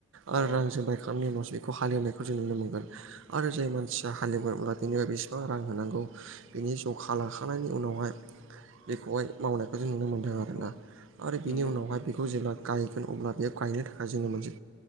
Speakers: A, on the right (about 60°); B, on the left (about 85°).
A: आ
B: अ
A: रांजों बायखांनायनि उनावसो बेखौ हालेवनायखौ जों नुनो मोनगोन आरो जाय मानसिया हालेवाब्ला बेनो बेसेबां रां होनांगौ बेनि ज खा लाखांनायनि उनावहाय बेखौहाय मावनायखौ जों नुनो मोन नो आरोना
B: औ
A: आरो बिनि
B: नंगौ
A: उनावहाय
B: नोंथां
A: बेखौ जेब्ला गायगोन अब्ला बे गायनो थाखाय जोङो मोनसे।